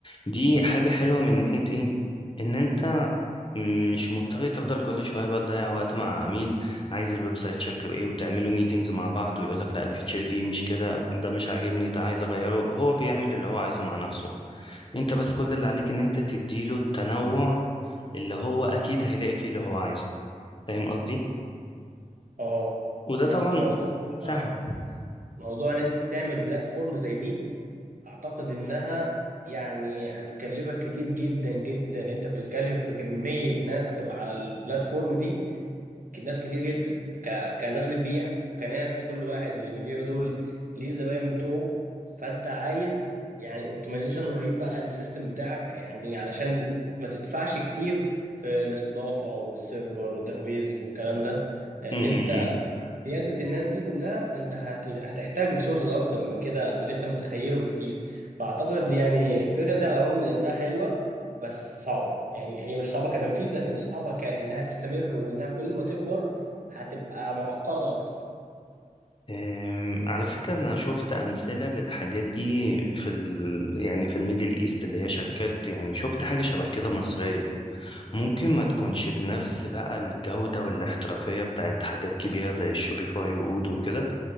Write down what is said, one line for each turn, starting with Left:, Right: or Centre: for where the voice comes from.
Left: دي حاجه حلوه من ناحيه ايه ان انت م- مش مضطر تفضل كل شوية بقى تضيع وقت مع عميل عايز الويب سايت شكله ايه وتعملوا ميتينجز مع بعض ويقول لك لا الفيتشر دي مش كده ده مش عاجبني ده عايز اغيره هو بيعمل اللي هو عايزه مع نفسه انت بس كل اللي عليك ان انت تديله التنوع اللي هو اكيد هيلاقي فيه اللي هو عايزه فاهم قصدي
Right: اه
Left: وده طبعا
Right: بس موضوع
Left: سهل
Right: آه، موضوع ان انت تعمل بلاتفورم زي دي اعتقد انها يعني هتكلفك كتير جدا جدا انت بتتكلم في كميه ناس هتبقى على البلاتفورم دي ك- ناس كتير جدا ك... كناس بتبيع وكناس كل واحد من اللي بيبيعوا دول ليه الزباين بتوعه فانت عايز يعني اوبتمايزيشن رهيب بقى للسيستم بتاعك يعني علشان ما تدفعش كتير في الاستضافه والسيرفر والداتابيز والكلام ده لان
Left: م -م
Right: انت
Left: -م.
Right: قيادة الناس دي كلها انت هت... هتحتاج ريسورسز اكتر من كده من اللي انت متخيله بكتير فاعتقد يعني الفكرة دي على الرغم من انها حلوة بس صعبة يعني هي مش صعبة كتنفيذ لكن صعبة كأنها تستمر وانها كل ما تكبر هتبقى معقدة اكتر
Left: أم، على فكرة أنا شفت أمثلة للحاجات دي في ال... يعني في الميدل إيست اللي هي شركات يعني شفت حاجة شبه كده مصرية ممكن ما تكونش بنفس بقى الجودة والاحترافية بتاعت حاجات كبيرة زي الشوبيفاي وأودو وكده